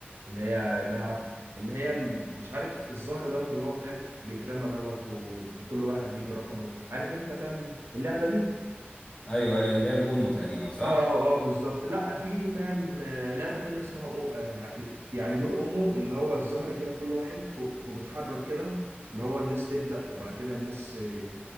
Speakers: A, on the right; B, on the left.
A: اللي هي نلعب اللي هي مش عارف الزهر دوت اللي هو فاهم بيترمى دوت و- وكل واحد يجي رقمه عارف انت فاهم اللعبه دي
B: ايوه ايوه اللي هي الاونو تقريبا صح
A: اه اه بالظبط لا في فاهم آه، لعبه تانية اسمها أو آه، يعني يعني جور اونو اللي هو الزهر كده كل واحد هو- وبيتحرك كده اللي هو الناس تبدا وبعد كده الناس آه،